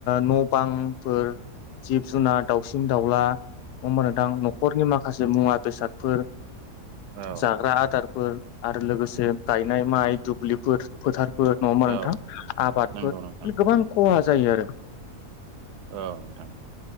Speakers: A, on the left (about 85°); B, on the right (about 80°).
A: न' बांफोर जिब-जुनार, दाउसिन-दाउला नङा होमबा नोंथां न'खरनि माखासे मुवा-बेसादफोर
B: औ
A: जाग्रा आदारफोर आरो लोगोसे गायनाय माइ दुब्लिफोर फोथारफोर नङा होमबा नोंथां
B: औ
A: आबादफोर
B: नंगौ
A: बिदिनो
B: नोंथां
A: गोबां ख'हा जायो आरो
B: औ नोंथां